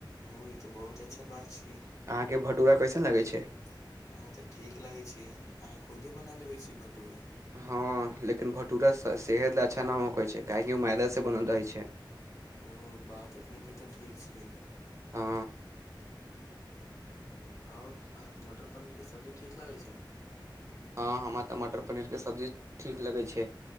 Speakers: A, on the left; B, on the right.
A: ओ ई तऽ बहुत अच्छा बात छी
B: अहाँके भटूरा कैसन लागै छैय?
A: <unintelligible>
B: हँ लेकिन भटूरस सेहत लए अच्छा नहि होई छै काहेकि ओ मैदासँ बनल रहै छै
A: ओ बात अपनेके तऽ ठीक छै
B: हँ
A: और अहाँके मटर पनीर के सब्जी ठीक लगैत छै
B: हँ हमरा तऽ मटर पनीरके सब्जी ठीक लगैत छै